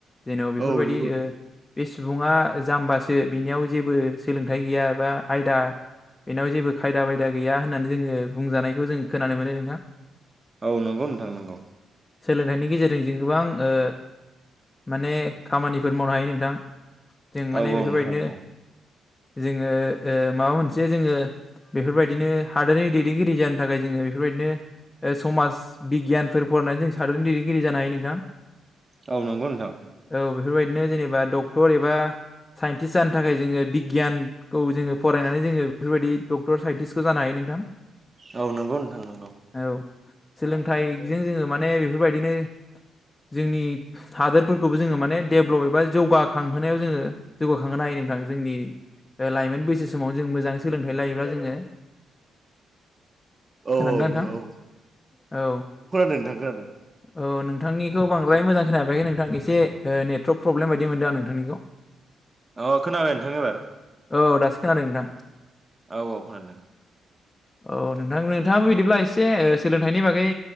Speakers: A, on the left; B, on the right.
A: जेन' बेफोरबायदि
B: औ नंगौ
A: ओ सुबुङा जाम्बासो बिनियाव जेबो सोलोंथाइ गैया एबा आयदा बेनाव जेबो खायदा बायदा गैया होननानै जोङो बुंजानायखौ जों खोनानो मोनो नोंथां।
B: औ नंगौ नोंथां नंगौ।
A: सोलोंथाइनि गेजेरजों जों गोबां ओ माने खामानिफोर मावनो हायो नोंथां। जों
B: औ
A: माने
B: औ
A: बेफोरबायदिनो
B: नोंथां
A: जोङो ओ माबा मोन से जोङो बेफोरबायदिनो हादोरनि दैदेनगिरि जानो थाखाय जोङो बेफोरबायदिनो समाज बिगियानफोर फरायनानै जों सादारन दैदेनगिरि जानो हायो नोंथां।
B: औ नंगौ नोंथां।
A: औ बेफोरबायदिनो जेनेबा डक्टर एबा साइन्टिस्ट जानो थाखाय जोङो बिगियानखौ जोङो फरायनानै जोङो बेफोरबायदि डक्टर साइन्टिस्टखौ जानो हायो नोंथां।
B: औ नंगौ नोंथां नोंगौ।
A: औ सोलोंथाइजों जोङो माने बेफोरबायदिनो जोंनि हादोरफोरखौबो जोङो माने डेभलप एबा जौगाखांहोनायाव जोङो जौगाखांहोनो हायो। नोंथां जोंनि लाइमोन बैसो समाव जों मोजां सोलोंथाइ लायोब्ला जोङो
B: औ
A: खोनादोंना
B: औ
A: नोंथां
B: नोंगौ।
A: औ
B: नोंथां खो
A: औ नोंथांनिखौ बांद्राय मोजां खोनाबायखै नोंथां ओ एसे नेटवारर्क प्रब्लेम बायदि मोनदों आं नोंथांनिखौ।
B: अ खोनाबाय नोंथां एबार?
A: औ दासो खोनादों नोंथां।
B: औ औ खोनादों।
A: औ नोंथां नोंथाङाबो बिदिब्ला एसे सोलोंथाइनि बागै